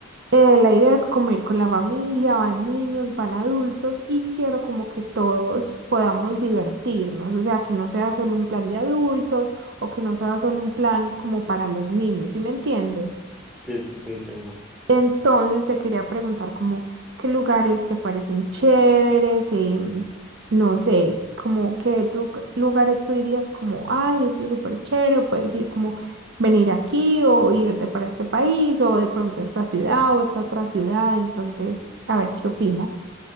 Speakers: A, on the right; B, in the centre.
A: eh, la idea es como ir con la familia, van niños, van adultos y quiero como que todos podamos divertirnos, o sea, que no sea solo un plan de adultos o que no sea solo un plan como para los niños, ¿sí me entiendes?
B: sí, sí, te entiendo.
A: Entonces te quería preguntar como qué lugares te parecen chéveres y mm, no sé, como qué tu- lugares tú dirías como, ay, este es súper chévere, o puedes ir como venir aquí o irte para este país o de pronto a esta ciudad o esta otra ciudad. Entonces, a ver, ¿qué opinas?